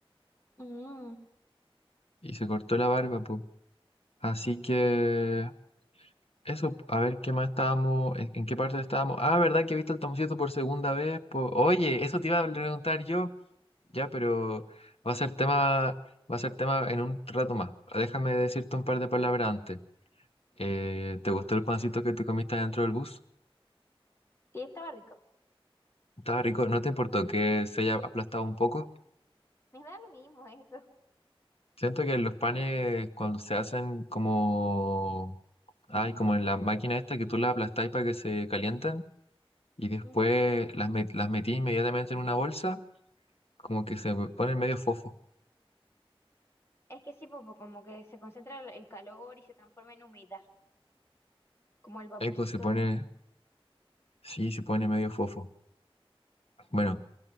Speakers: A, on the left (about 25°); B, on the left (about 80°).
A: Mm.
B: Y se cortó la barba, po. Así que... Eso, a ver qué más estábamos, en en qué parte estábamos. Ah, ¿verdad que viste el Tomoncito por segunda vez? Po- Oye, eso te iba a preguntar yo. Ya, pero va a ser tema, va a ser tema en un rato más. Déjame decirte un par de palabras antes. Eh, ¿te gustó el pancito que te comiste dentro del bus?
A: Sí, estaba rico.
B: Estaba rico, ¿no te importó que se haya aplastado un poco?
A: Me da lo mismo eso.
B: Siento que los panes cuando se hacen como, ay, como en la máquina esta que tú la aplastáis para que se calienten, y después
A: Ujú.
B: las, met- las metí inmediatamente en una bolsa, como que se pone medio fofo.
A: Es que sí, popo, como que se concentra el el calor y se transforma en humedad, como el vaporcito
B: Eco se pone,
A: de...
B: sí, se pone medio fofo. Bueno,